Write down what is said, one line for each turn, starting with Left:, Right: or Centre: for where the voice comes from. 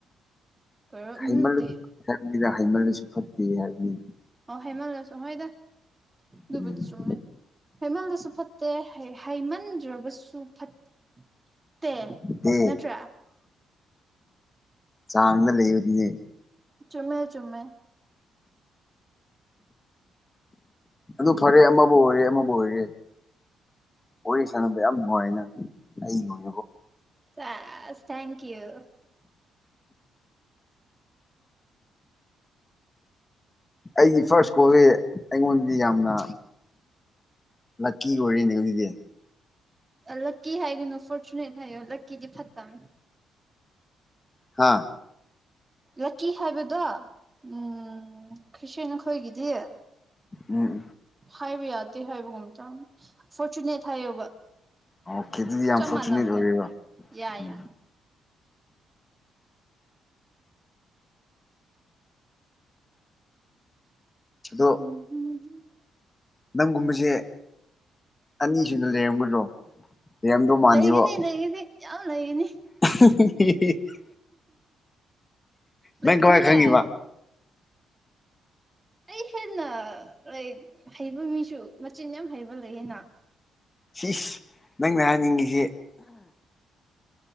Right: ꯀꯩꯔꯣ
Left: ꯍꯩꯃꯜꯂꯁꯨ
Right: ꯎꯝꯗꯤ
Left: ꯍꯥꯏꯕꯅꯤꯗ ꯍꯩꯃꯜꯂꯁꯨ ꯐꯠꯇꯦ ꯍꯥꯏꯕꯅꯤꯗ
Right: ꯑꯣ ꯍꯩꯃꯜ ꯂꯁꯨ ꯍꯣꯏꯗ ꯑꯗꯨꯕꯨꯗꯤ
Left: ꯎꯝ
Right: ꯆꯨꯝꯃꯦ ꯍꯩꯃꯟꯂꯁꯨ ꯐꯠꯇꯦ ꯍꯩꯃꯟꯗ꯭ꯔꯕꯁꯨ ꯐꯠꯇꯦ
Left: ꯗꯦ
Right: ꯅꯠꯇ꯭ꯔꯥ
Left: ꯆꯥꯡꯗ ꯂꯩꯕꯒꯤꯅꯦ
Right: ꯆꯨꯝꯃꯦ ꯆꯨꯝꯃꯦ
Left: ꯑꯗꯨ ꯐꯔꯦ ꯑꯃꯕꯨ ꯑꯣꯏꯔꯦ ꯑꯃꯕꯨ ꯑꯣꯏꯔꯦ ꯋꯥꯔꯤ ꯁꯥꯟꯅꯕ ꯌꯥꯝ ꯅꯨꯡꯉꯥꯏꯅ ꯑꯩꯒꯤ ꯑꯣꯏ
Right: ꯁ‌ꯦꯁ ꯊꯦꯡꯀꯤꯌꯨ
Left: ꯑꯩꯒꯤ ꯐꯥꯔꯁ ꯀꯣꯜꯁꯦ ꯑꯩꯉꯣꯟꯗꯗꯤ ꯌꯥꯝꯅ ꯂꯛꯀꯤ ꯑꯣꯏꯔ‌ꯦꯅ‌ꯦ ꯉꯁꯤꯗꯤ
Right: ꯂꯛꯀꯤ ꯍꯥꯏꯒꯅꯨ ꯐꯣꯔꯆꯨꯅꯦꯠ ꯍꯥꯏꯌꯣ ꯂꯛꯀꯤꯗꯤ ꯐꯠꯇꯝ
Left: ꯍꯥꯥ
Right: ꯂꯛꯀꯤ ꯍꯥꯏꯕꯗꯣ ꯎꯝ ꯈ꯭ꯔꯤꯇꯤꯌꯞ ꯈꯣꯏꯒꯤꯗꯤ ꯑ
Left: ꯎꯝ ꯎꯝ
Right: ꯍꯥꯏꯕ ꯌꯥꯗꯦ ꯍꯥꯏꯕꯒꯨꯝ ꯑꯇꯪ ꯐꯣꯔꯆꯨꯅꯦꯠ ꯍꯥꯏꯌ‌ꯣꯕ
Left: ꯑꯣꯀꯦ ꯑꯗꯨꯗꯤ ꯌꯥꯝ
Right: ꯆꯞ
Left: ꯐꯣꯔꯆꯨꯅꯦꯠ
Right: ꯃꯥꯅꯕꯅꯤ
Left: ꯑꯣꯏꯔꯦꯕ
Right: ꯌꯥ
Left: ꯎꯝ
Right: ꯌꯥ
Left: ꯑꯗꯣ
Right: ꯎꯝ
Left: ꯅꯪꯒꯨꯝꯕꯁꯦ ꯑꯅꯤ ꯁꯨꯅ ꯂꯩꯔꯝꯒꯗ꯭ꯔꯣ ꯂꯩꯔꯝꯗꯧ ꯃꯥꯟꯗꯦꯕꯣ
Right: ꯂꯩꯒꯅꯤ ꯂꯩꯒꯅꯤ ꯌꯥꯝ ꯂꯩꯒꯅꯤ
Left: <unintelligible>
Right: ꯂꯩꯒꯅꯤꯗ
Left: ꯅꯪ ꯀꯃꯥꯏ ꯈꯪꯉꯤꯕ
Right: ꯑꯩ ꯍꯦꯟꯅ ꯂꯥꯏꯔꯤꯛ ꯍꯩꯕ ꯃꯤꯁꯨ ꯃꯆꯤꯟ ꯌꯥꯝ ꯍꯩꯕ ꯂꯩꯌꯦꯅ
Left: ꯁꯤꯁ ꯅꯪꯅ ꯍꯥꯏꯅꯤꯡꯉꯁꯤ